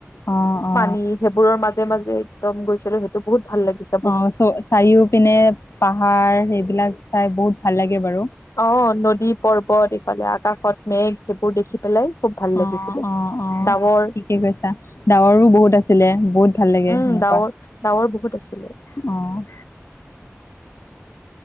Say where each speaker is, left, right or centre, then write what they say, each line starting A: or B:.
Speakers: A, on the left; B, on the left.
A: অঁ অঁ।
B: পানী সেইবোৰৰ মাজে মাজে এক্দম গৈছিলো সেইটো বহুত ভাল লাগিছিল।
A: অঁ চ চাৰিও পিনে পাহাৰ সেইবিলাক চাই বহুত ভাল লাগে বাৰু।
B: অঁ নদী, পৰ্বত এইফালে আকাশত মেঘ সেইবোৰ দেখি পেলাই। খুব ভাল লাগিছিলে
A: অঁ অঁ অঁ,
B: ডাৱৰ
A: ঠিকে কৈছা, ডাৱৰো বহুত আছিলে বহুত ভাল লাগে
B: উম
A: সেনেকুৱা।
B: ডাৱৰ ডাৱৰ বহুত আছিলে।
A: অঁ'